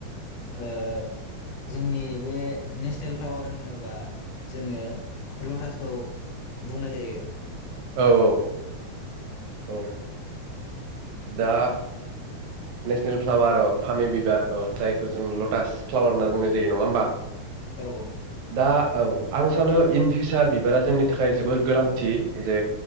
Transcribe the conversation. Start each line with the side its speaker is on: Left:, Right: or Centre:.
Left: ओ जोंनि बे नेसनेल फ्लावार होनोबा जोङो लटासखौ बुंनाय जायो।
Right: औ औ औ दा नेसनेल फ्लावार फामि बिबार जायखौ जों लटास फ्लावार होननानै बुंनाय जायो नङा होमबा?
Left: औ
Right: दा औ आं सानो इन फिउसार बिबारा जोंनि थाखाय जोबोद गोनांथि जे